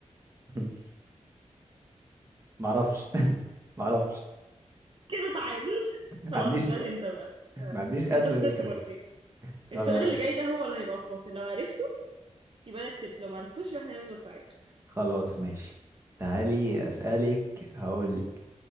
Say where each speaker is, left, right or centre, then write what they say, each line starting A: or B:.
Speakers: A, on the right; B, on the right.
A: <laughs> ما اعرفش <laughs> ما اعرفش
B: كده تعادل <laughs>
A: ما
B: خلاص
A: عنديش
B: اسألني انت بقى
A: ما عنديش ادنى
B: انت خسرت
A: فكرة
B: مرتين السؤال
A: خلاص
B: اللي جاي ده هو اللي هيبقى في فاصل لو عرفته يبقى انا كسبت لو ما عرفتوش يبقى احنا هنفضل تعادل
A: خلاص ماشي تعالي اسألك هقولك